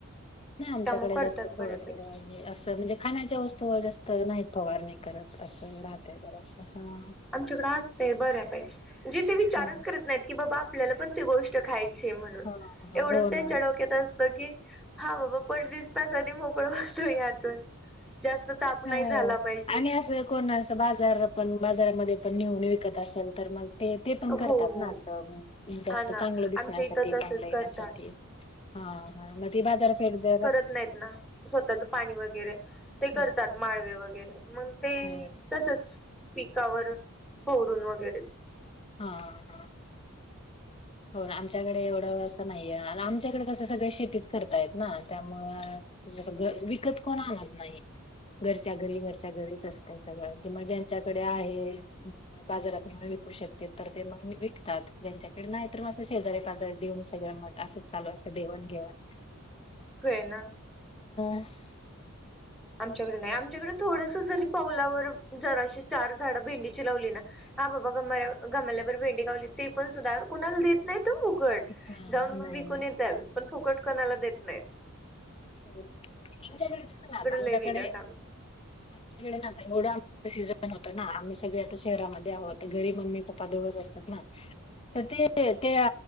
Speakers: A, on the left; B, in the centre.
A: नाही आमच्याकडे
B: त्यामुळे करतात
A: जास्त
B: बऱ्यापैकी
A: थोडं -थोडं आहे असं म्हणजे खाण्याच्या वस्तूवर जास्त नाही फवारनि. करत असं रात्रीभर असं हा.
B: आमच्याकडें असतं बऱ्या पाहिकी म्हणजे ते विचारच
A: हा
B: करत नाहीत की बाबा आपल्याला पण ते गोष्ट खायची म्हणून
A: हा हा
B: एवढंच
A: हो
B: त्यांच्या
A: ना
B: डोक्यात असत की हा बाबा पट दिसन कधी मोकळ यातून जास्त ताप नाही
A: ह
B: झाला पाहिजे
A: आणि असं कोण असं बाजार पण बाजारामध्ये पण नेहुन विकत असेल तर मग ते पण
B: हो
A: करतात
B: हो
A: ना अस जास्त
B: हा ना
A: चांगलं दिसण्यासाठी
B: आमच्या इथं
A: चांगलं
B: तसच
A: येण्यासाठी
B: करतात
A: हा हा मग बाजारपेट जरा
B: नाही ना स्वतःच पाणी व ते
A: हम्म
B: करतात माळवे वगैरे मग ते
A: हम्म
B: तसच पी कावर फोरून वगैरेच
A: हा ह हो आमच्याकडे एवढं असं नाहीये आणि आमच्याकडे कसं सगळे शेतीच करतायेत ना त्यामुळं विकत कोण आणत नाही. घरच्या घरी, घरच्या घरीच असतय सगळं कि मग ज्यांच्याकडे आहे बाजारात विकू शकत तर ते मग विकतात ज्यांच्याकडे नाही, तर मग असं शेजारी पाजारीे देऊन सगळं म असं चालू असं दे घेवाण.
B: होय ना
A: हा
B: आमच्याकडे नाही आमच्याकडे थोडस जरी पावलावर जराशी चार झाडं भेंडीची लावली ना हा बाबा ग गमाल्यावर भेंडी गावली ते पण सुद्धा कुणाला देत नायत. फुकट
A: नाही
B: जाऊन म विकून
A: नाही
B: येतेल पण फुकट कोणाला देत नायत.
A: हो ह आमच्याकडे कस नाहीत आमच्याकडे
B: लय वेगळं काम आहे
A: आमच्याकडे थोड आ स पण होत ना आम्ही सगळे आता शहरामध्ये आहोत घरी मम्मी पप्पा दोघच असतात ना तर ते, ते